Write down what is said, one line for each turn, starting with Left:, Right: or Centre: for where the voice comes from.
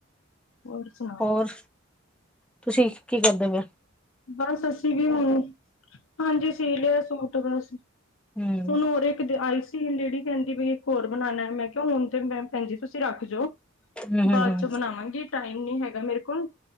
Left: ਹੋਰ। ਸੁਣਾਓ?
Centre: ਹੋਰ, ਤੁਸੀਂ ਕੀ ਕਰਦੇ ਪੇਉ।
Left: ਬਸ ਅਸੀਂ ਵੀ ਹੁਣ ਹਾਂਜੀ ਸੀ ਲਿਆ ਸੂਟ ਬਸ
Centre: ਹਮ
Left: ਹੁਣ ਹੋਰ ਇੱਕ ਦੇ ਆਈਸ <unintelligible> ਲੇਡੀ ਕਹਿੰਦੀ ਬਈ ਇੱਕ ਹੋਰ ਬਣਾਉਣਾ ਮੈਂ ਕਿਹਾ ਹੁਣ ਤੇ ਮੇਮ ਭੈਣਜੀ ਤੁਸੀਂ ਰੱਖ ਜਾਓ
Centre: ਹਮ ਹਮ
Left: ਬਾਅਦ
Centre: ਹਮ
Left: ਚੋਂ ਬਣਾਵਾਂਗੀ ਟਾਈਮ ਨੀ ਹੈਗਾ ਮੇਰੇ ਕੋਲ